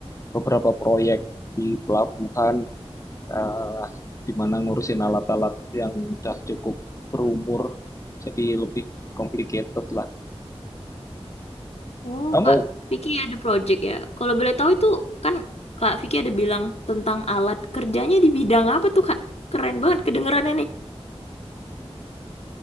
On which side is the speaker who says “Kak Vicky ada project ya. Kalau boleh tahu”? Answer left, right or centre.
Left